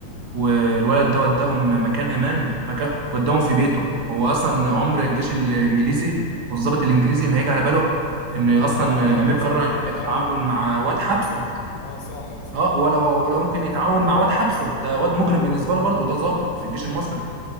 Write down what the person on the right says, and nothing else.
والولد ده وداهم مكان امان مكان وداهم في بيته هو اصلا عمر الجيش الانجليزي والضابط الانجليزي ما هيجي على باله
ان
اصلا
امير
قرر
يتعاون
مع واد حبسه
اه ولا ولا ممكن يتعاون مع واد حبسه ده واد مجرم بالنسبه له برضه ده
ضابط في الجيش المصري